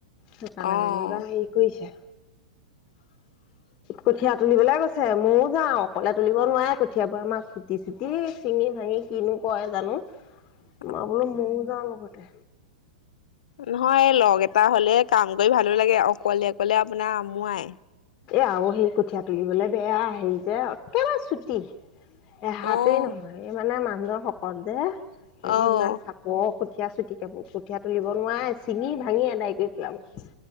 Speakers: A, on the left; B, on the left.
A: সেইকাৰণে
B: অ',
A: যেনিবা হেৰি কৰিছে।
B: <inaudible>
A: কঠিয়া তুলিবলৈ গৈছে, মইয়ো যাওঁ। অকলে তুলিব নোৱাৰে কঠিয়াবোৰ আমাৰ চুটি চুটি, চিঙি ভাঙি কিনো কৰে জানোঁ।
B: <inaudible>
A: মই বোলোঁ, মইয়ো যাওঁ লগতে।
B: নহয়, এ লগ এটা হ'লে কাম কৰি ভালো লাগে। অকলে অকলে আপোনাৰ আমুৱাই।
A: আৰু সেই কঠীয়া তুলিবলৈ বেয়া হেৰি যে, একেবাৰে চুটি। এহাতেই
B: অ',
A: নহয়, এই মানে মানুহজন শকত যে। সেইবোৰ
B: অ',
A: ইমান চাপ চাপৰ কঠীয়া চুটি কাপো, কঠীয়া তুলিব নোৱাৰে চিঙি ভাঙি আদায় কৰি পেলাব।